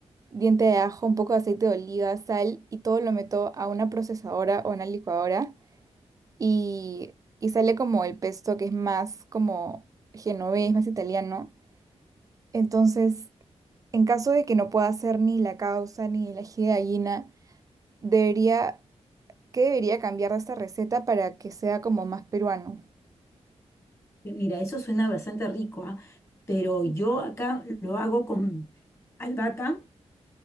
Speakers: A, on the right (about 30°); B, on the left (about 25°).
A: diente de ajo, un poco de aceite de oliva, sal y todo lo meto a una procesadora o una licuadora y, y sale como el pesto que es más como genovés, más italiano. Entonces, en caso de que no pueda hacer ni la causa ni el ají de gallina, debería, ¿qué debería cambiar de esta receta para que sea como más peruano?
B: Mira, eso suena bastante rico, ¿ah? Pero yo acá lo hago con albahaca.